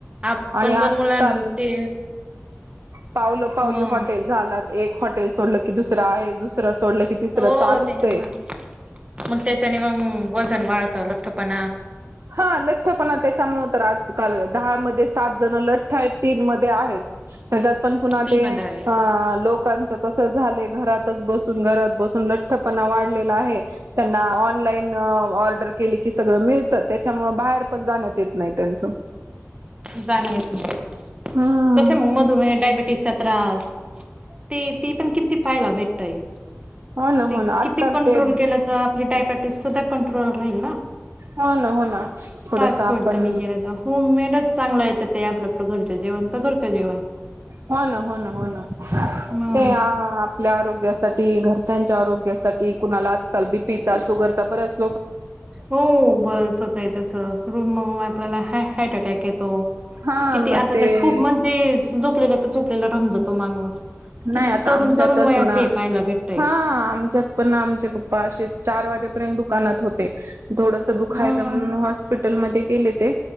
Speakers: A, on the right; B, on the right.
A: आपण
B: आणि आजकाल
A: पण मुलां ते
B: पावलो-पावली
A: मग
B: हॉटेल झाल्यात. एक हॉटेल सोडलं की दुसरं आहे. दुसरं सोडलं की तिसरं
A: हो
B: चालूच
A: तेच
B: आहे
A: ना. मग त्याच्याने मग वजन वाढतं लठ्ठपणा
B: हा लठ्ठपणा त्याच्यामुळे तर आजकाल दहा मध्ये सात-जण लठ्ठ आहेत तीन मध्ये आहेत त्याच्यात पण पुन्हा
A: ती
B: ते.
A: मध आहेत
B: लोकांच तस झालंय घरातच बसुन घरात बसून लठ्ठपणा वाढलेला आहे. त्यांना ऑनलाईन ऑर्डर केली की सगळं मिळतं. त्याच्यामुळे बाहेर पण जाण्यात येत नाही त्यांच.
A: जाणवत नाही.
B: हम्म.
A: कस मग मधुमेहा मुळे डायबेटीसचा त्रास. ते ती पण किती पायला भेटय
B: हो ना
A: ते
B: हो ना आजकाल
A: किती कंट्रोल
B: ते
A: केलं त डयबेटीस सुधा कंट्रोल राहिल ना.
B: हो ना हो ना थोडस
A: फास्-फूड
B: आपण
A: कमी केल त होममेड चांगलं येतं. ते आपलं आपल घरचं जेवण. तर घरचं जेवण.
B: हो ना. हो ना. हो ना.
A: मग
B: ते आपल्या आरोग्यासाठी घर च्या आरोग्यासाठी कुणाला आजकाल बीपीचा शुगर चा बऱच
A: हो बरच होतंय त्याच रूम म आपल्याला हा हार्ट अटॅक येतो.
B: हा
A: किती.
B: मग
A: आता
B: ते
A: तर खूप म्हणजे झोपलेला तर. झोपलेला राहुन जातो माणूस.
B: नाही
A: किती
B: आता
A: तरुण
B: आमच्यातच
A: तरुण वयात
B: ना
A: हे पाहायला भेटतय
B: हां आमच्यात पण आमचे पप्पा असे चार वाजेपर्यंत दुकानात होते, थोडसं दुखायलं
A: मग
B: म्हणून हॉस्पि टलमध्ये गेले ते